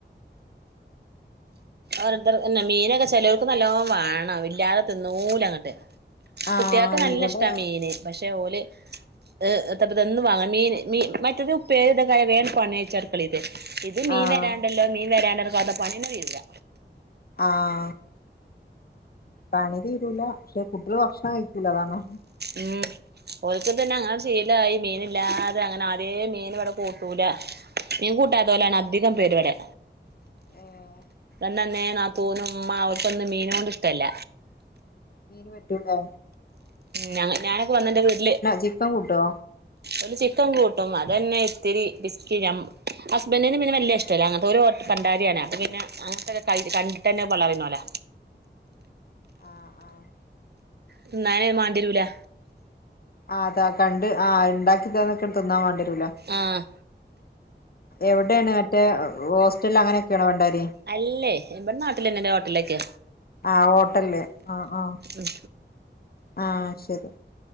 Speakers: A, on the right (about 60°); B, on the left (about 55°).
A: ഓരോർ മീനൊക്കെ ചെലൊൽക്ക് നല്ലോ വേണം ഇല്ലാതെ തിന്നൂല അങ്ങട്ട്. കുട്ടികൾക്ക്
B: ആഹ്
A: നല്ല
B: ഇവിടെ
A: ഇഷ്ടാ മീന് പക്ഷെ ഓല്. ഏ് എത്തപ്പ തെന്നും വാങ്ങ മീൻ മീ മറ്റേത് ഉപ്പരിയും ത്ക്കെ ആയാൽ വേം പണിയ്ച്ച അടുക്കളിതെ. ഇത് മീൻ
B: ആഹ്
A: വരാണ്ടല്ലോ മീൻ വരാണ്ടല്ലോ കാത്ത പണിന്നെ തീരുല.
B: ആഹ് പണി തീരൂല പക്ഷെ കുട്ടികൾ ഭക്ഷണം കഴിക്കൂല അതാണ്.
A: ഉം ഒൽക് തന്നെ അങ്ങനെ ശീലായി മീന ഇല്ലാതെ അങ്ങനെ ആദ്യേ മീൻ ഇവിടെ കൂട്ടൂല. മീൻ കൂട്ടാത്തെലെണ് അധികം പേരുവിടെ.
B: ഉം
A: ഞാൻ വന്നാ അന്നേ നാതൂനും ഇമ്മ അവർക്കൊന്നും മീനെ ഇഷ്ടല്ല.
B: മീൻ പറ്റൂലെ.
A: ഞ ഞാനൊക്കെ വന്ന എന്റെ വീട്ടില്
B: ചിക്കൻ കൂട്ടോ
A: ഒരു ചിക്കൻ കൂട്ടും അതന്നെ. ത്തിരി പിസ്ക്കി ഹസ്ബൻട്ടിന് പിന്നെ വല്ല്യ ഇഷ്ടല്ല അങ്ങനത്തെ ഒരു പണ്ടാരിയാണ് അപ്പ പിന്നെ അങ്ങനത്തെ. കണ്ടിട്ടെന്ന പള്ള നറയുന്നോല.
B: ആഹ് ആഹ്
A: തിന്നാന്ന് മാണ്ടിയരൂല...
B: ആ് അതാ കണ്ട് ആഹ് ണ്ടാക്കിതന്ന് ട്ട് ണ്ട് തിന്നാൻ വേണ്ടിരൂല
A: ആഹ്
B: എവിടെയാണ് മറ്റേ ഹോസ്റ്റലിൽ അങ്ങനൊക്കെയണോ പണ്ടാരി.
A: അല്ലേ ഇവിടെ നാട്ടിലന്നെ ഹോട്ടലിലേക്കെ.
B: ആഹ ഹോട്ടല്ല് ആഹ ആഹ
A: ഉം
B: ആഹ ശരി..